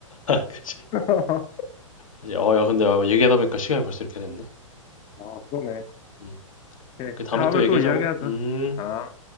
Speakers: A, on the left; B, on the left.
A: 그지.
B: <laughs>
A: 그지. 어, 야, 근데 어, 얘기하다 보니까 시간이 벌써 이렇게 됐네.
B: 아, 그러네.
A: 음.
B: 예,
A: 그 다음에
B: 다음에
A: 또 얘기하자고.
B: 또 이야기하자.
A: 음.
B: 아.